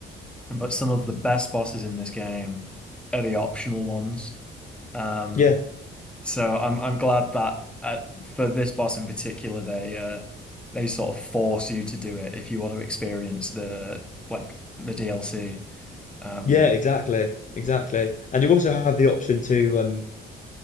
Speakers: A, in the centre; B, on the left.
A: but some of the best bosses in this game are the optional ones. Um,
B: Yeah,
A: So I'm I'm glad that uh, for this boss in particular, they uh they sort of force you to do it if you want to experience the like the DLC. Um,
B: yeah, exactly, exactly. And you also have the option to um